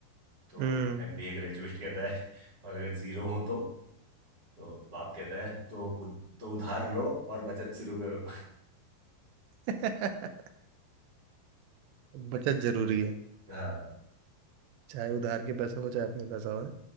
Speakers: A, on the right (about 25°); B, on the right (about 85°).
A: तो
B: हम्म
A: एमबीए ग्रेजुएट कहता है और अगर जीरो हो तो तो बाप कहता है तो उ, तो उधार लो और बचत शुरू करो
B: <laughs> बचत जरूरी है
A: हाँ
B: चाहे उधार के पैसा हो चाहे अपने पैसा हो